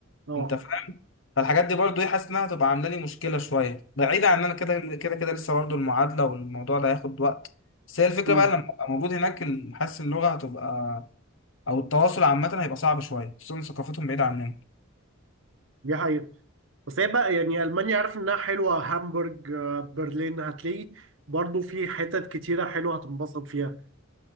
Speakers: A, on the right (about 70°); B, on the left (about 70°).
A: اه
B: انت فاهم فالحاجات دي برضو ايه حاسس انها هتبقى عامله لي مشكله شويه بعيدا عن ان انا كده كده كده لسه برضو المعادله والموضوع ده هياخد وقت بس هي الفكره
A: امم
B: بقى لما ابقى موجود هناك ال- حاسس اللغه هتبقى او التواصل عامه هيبقى صعب شويه خصوصا ثقافتهم بعيده عننا
A: دي حقيقة بس هي بقى يعني ألمانيا عارف إنها حلوة هامبورج آه، برلين هتلاقي برضو في حتت كتيرة حلوة هتنبسط فيها